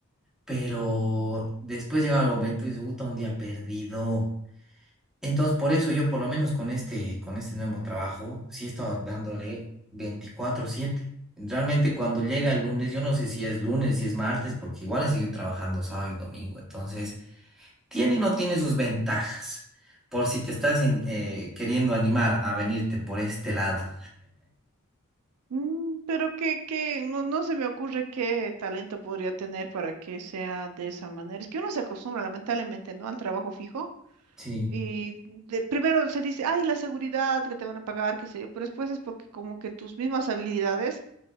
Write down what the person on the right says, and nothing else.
Mm, pero que, que no, no se me ocurre qué talento podría tener para que sea de esa manera. Es que uno se acostumbra, lamentablemente, ¿no? Al trabajo fijo.
Y de- primero se dice, ay, la seguridad que te van a pagar, qué sé yo, pero después es porque como que tus mismas habilidades